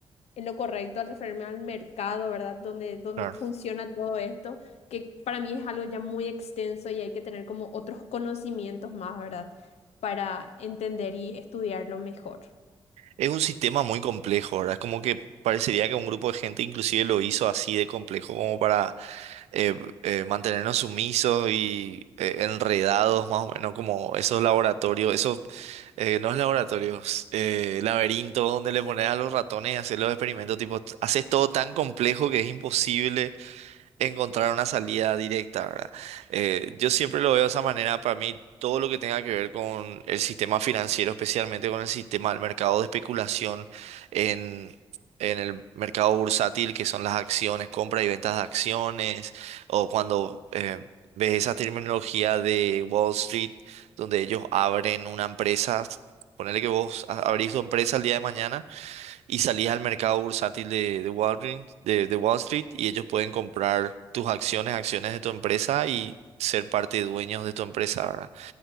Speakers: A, on the left; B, on the right.
A: en lo correcto al referirme al mercado, ¿verdad? Donde, donde
B: Claro.
A: funciona todo esto, que para mí es algo ya muy extenso y hay que tener como otros conocimientos más, ¿verdad? Para entender y estudiarlo mejor.
B: Es un sistema muy complejo, ¿verdad? Es como que parecería que un grupo de gente inclusive lo hizo así de complejo como para eh, eh, mantenernos sumisos y eh, enredados más o menos como esos laboratorios, esos, eh, no es laboratorios, eh, laberintos donde le pones a los ratones y hacer los experimentos, tipo, haces todo tan complejo que es imposible encontrar una salida directa, ¿verdad? Eh, yo siempre lo veo de esa manera. Para mí, todo lo que tenga que ver con el sistema financiero, especialmente con el sistema del mercado de especulación en, en el mercado bursátil, que son las acciones, compra y ventas de acciones, o cuando eh, ves esa terminología de Wall Street, donde ellos abren una empresa. Ponele que vos a- abrís tu empresa el día de mañana y salís al mercado bursátil de, de Walgreens- de, de Wall Street y ellos pueden comprar tus acciones, acciones de tu empresa y ser parte de dueños de tu empresa, ¿verdad?